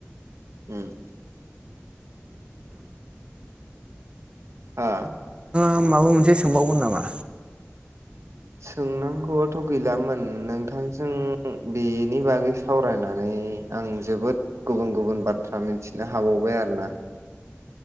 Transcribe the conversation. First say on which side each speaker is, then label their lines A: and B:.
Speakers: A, on the right (about 85°); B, on the right (about 25°).
A: उम हा
B: आं माबा मोनसे सोंबावगोन नामा?
A: सोंनांगौआथ' गैलामोन नोंथांजों बेनि बागै सावरायनानै नै आं जोबोद गुबुन गुबुन बाथ्रा मिथिनो हाबावबाय आरोना।